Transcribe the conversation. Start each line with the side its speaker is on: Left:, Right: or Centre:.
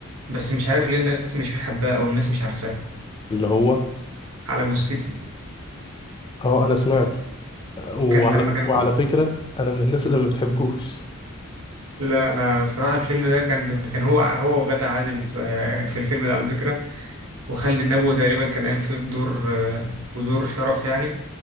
Right: بس مش عارف ليه الناس مش بتحبها او الناس مش عارفاه
Left: اللي هو
Right: على جثتي
Left: اه انا سمعته وعلى
Right: كان لما
Left: ف...
Right: كان
Left: وعلى فكرة انا من الناس اللي ما بتحبوش
Right: لا انا بصراحه الفيلم ده كان كان هو هو وغادة عادل في في الفيلم ده على فكره وخالد النبوي تقريبا كان قايم فيه بدور آه، بدور شرف يعني